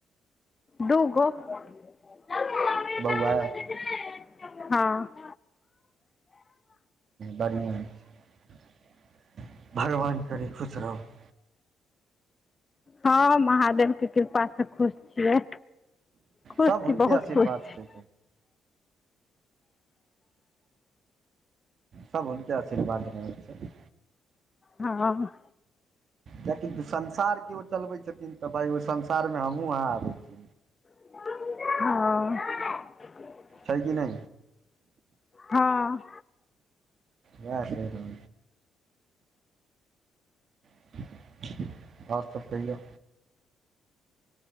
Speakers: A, on the left (about 25°); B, on the right (about 55°).
A: दूगो <unintelligible>
B: बौआ
A: <unintelligible> हँ
B: बड़िया छै <inaudible> भगवान करै खुश रहब
A: हँ महादेव केँ कृपा से खुश छियै खुश
B: सभ
A: की
B: हुनके
A: बहुत
B: आशीर्वाद
A: खुश छी।
B: छै सब हुनके आशीवार्द रहै छै
A: हँ हँ
B: किएकि संसार केँ ओ चलबै छथिन तऽ भाय ओइ संसार में हमहूँ अहाँ आबै छी।
A: <unintelligible>
B: छै कि नै
A: हँ
B: इहै छै तहन <unintelligible> और सब कहियो